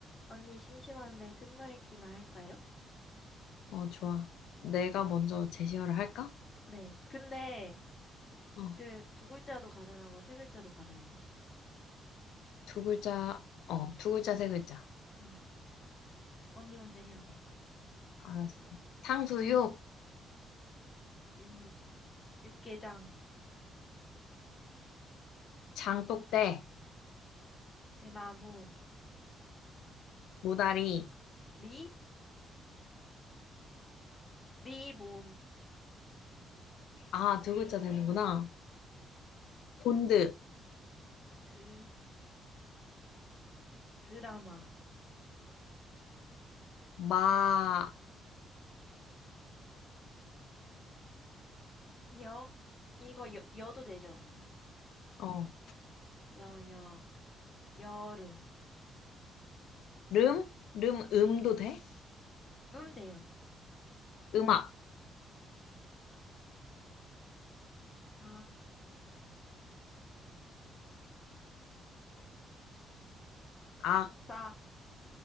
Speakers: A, on the left; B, on the left.
A: 언니 심심한데 끝말잇기나 할까요?
B: 어, 좋아. 내가 먼저 제시어를 할까?
A: 네. 근데
B: 어,
A: 그 두 글자도 가능하고 세 글자도 가능한 거죠.
B: 두 글자, 어, 두 글자, 세 글자.
A: 응. 언니 먼저 해요, 그럼.
B: 알았어. 탕수육,
A: 육, 육개장,
B: 장독대,
A: 대나무,
B: 무다리.
A: 리, 리본,
B: 아, 두 글자 되는구나. 본드,
A: 드, 드라마,
B: 마녀.
A: 여, 이거 여, 여도 되죠, 언니?
B: 어,
A: 여, 여, 여름,
B: 름, 름, 음도 돼?
A: 음 돼요.
B: 음악,
A: 악,
B: 악,
A: 악사,